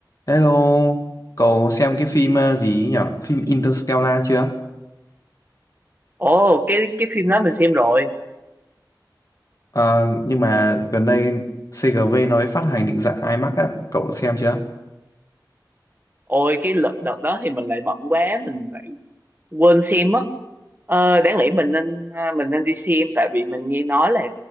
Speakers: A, on the left; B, on the right.
A: Hello, cậu xem cái phim ờ, gì ấy nhở? Phim Interstellar chưa?
B: Ồ, cái cái phim đó mình xem rồi.
A: Ờ, nhưng mà gần đây CGV nói phát hành định dạng IMAX á, cậu xem chưa?
B: Ôi, cái lợ- đợt đó thì mình lại bận quá, mình lại quên xem á. Ờ, đáng lẽ mình nên à, mình nên đi xem tại vì mình nghe nói là